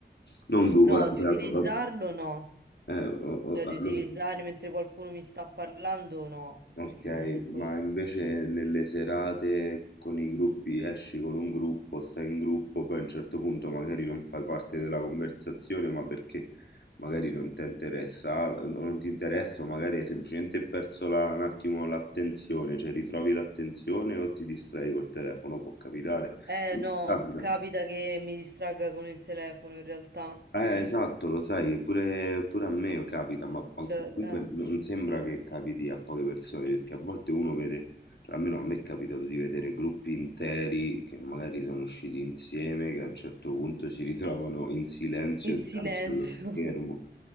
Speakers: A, on the left; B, on the right.
A: non tu,
B: no,
A: durante
B: di
A: la...
B: utilizzarlo
A: va-
B: no,
A: eh, o- o-
B: cioè di
A: allora-
B: utilizzare mentre qualcuno mi sta parlando no,
A: Ok,
B: perché comunque...
A: ma invece
B: mm.
A: nelle serate con i gruppi esci con un gruppo, stai in gruppo, poi a un certo punto magari non fai parte della conversazione, ma perché magari non ti interessa, o non ti interessa, o magari hai semplicemente perso la- un attimo l'attenzione, cioè ritrovi l'attenzione o ti distrai col telefono, può capitare.
B: Eh no,
A: Capita.
B: capita che mi distragga con il telefono in realtà,
A: Eh,
B: Mm,
A: esatto, lo sai, che pure, pure a me capita, ma,
B: succede,
A: ma comunque
B: eh.
A: non sembra che capiti a poche persone, perché a volte uno vede, cioè almeno a me è capitato di vedere gruppi interi che magari sono usciti insieme, che a un certo punto si ritrovano in silenzio
B: In
A: dinanzi
B: silenzio,
A: allo schermo.
B: <laughs>